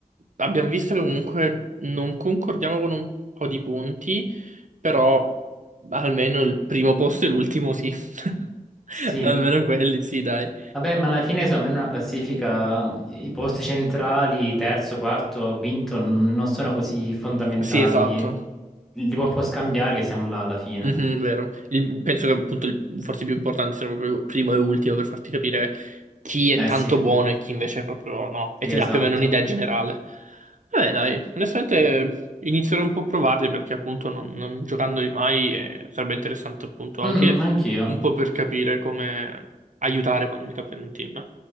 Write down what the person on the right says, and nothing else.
abbiamo visto che comunque non concordiamo con un po' di punti, però almeno il primo posto e l'ultimo sì. <laughs>
Almeno quelli, sì, dai.
Sì, esatto.
Mhm, vero. Il- penso che appunto il- forse i più importanti siano proprio primo e ultimo per farti capire chi è
tanto
buono e chi invece è proprio no, e
ti
dà più o meno un'idea generale. Vabbè, dai, onestamente inizierò un po' a provarli perché appunto non, non giocandoli mai eh, sarebbe interessante appunto
anche
un po' per capire come aiutare quando mi capita in team.